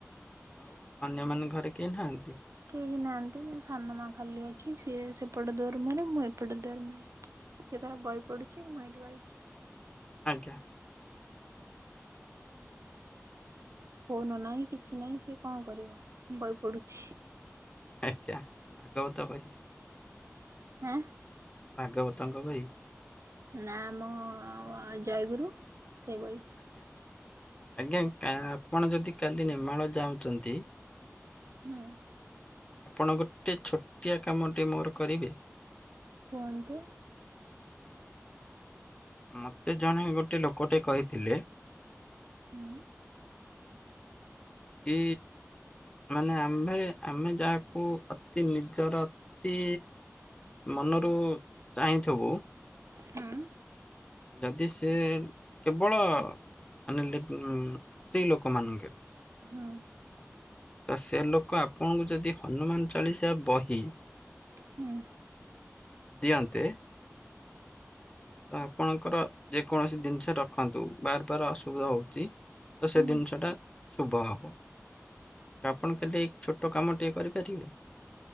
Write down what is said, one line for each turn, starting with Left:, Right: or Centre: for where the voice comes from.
Left: ଆଉ ଅନ୍ୟ ମାନ ଘରେ କେହି ନାହାନ୍ତି।
Right: କେହି ନାହାନ୍ତି ମୋ ସାନ ମା ଖାଲି ଅଛି ସିଏ ସେପଟ ଦୂଆର ମୁଅରେ ମୁଁ ଏପଟେ ଦୂଆର ମୁଅରେ। ସିଏ ତାର ବହି ପଢୁଛି ମୁଁ ଏଇଠୁ ବଇଛି।
Left: ଆଜ୍ଞା।
Right: ଫୋନ ନାହିଁ କିଛି ନାହିଁ ସେ କଣ କରିବ ବହି ପଢୁଛି।
Left: ଆଜ୍ଞା ଭାଗବତ ବହି।
Right: ଆଁ।
Left: ଭାଗବତଙ୍କ ବହି।
Right: ନା ମ ଜୟଗୁରୁ। ସେ ବହି
Left: ଆଜ୍ଞା ଆଜ୍ଞା କା। ଆପଣ ଯଦି କାଲି ନେମାଳ ଯାଉଚନ୍ତି।
Right: ହୁଁ।
Left: ଆପଣ ଗୋଟେ ଛୋଟିଆ କାମଟେ ମୋର କରିବେ।
Right: କୁହନ୍ତୁ।
Left: ମତେ ଜଣେ ଗୋଟେ ଲୋକଟେ କହିଥିଲେ।
Right: ହୁଁ।
Left: କି ମାନେ ଆମ୍ଭେ ଆମେ ଯାହାକୁ ଅତି ନିଜର ତି ମନରୁ ଚାହିଁଥିବୁ।
Right: ହୁଁ
Left: ଯଦି ସେ କେବଳ ମାନେ ଲେ-ସ୍ତ୍ରୀ ଲୋକ ମାନଙ୍କ
Right: ହୁଁ
Left: ତ ସେ ଲୋକ ଆପଣଙ୍କୁ ଯଦି ହନୁମାନ ଚାଳିଶା ବହି
Right: ହୁଁ
Left: ଦିଅନ୍ତେ। ତ ଆପଣଙ୍କର ଯେକୌଣସି ଜିନିଷ ରଖନ୍ତୁ ବାର୍ ବାର୍ ଅସୁବିଧା ହଉଛି। ତ
Right: ହୁଁ।
Left: ସେ ଜିନିଷ ଟା ଶୁଭ ହବ। ଆପଣ ଖାଲି ଏ ଛୋଟ କାମ ଟିକେ କରିପାରିବେ?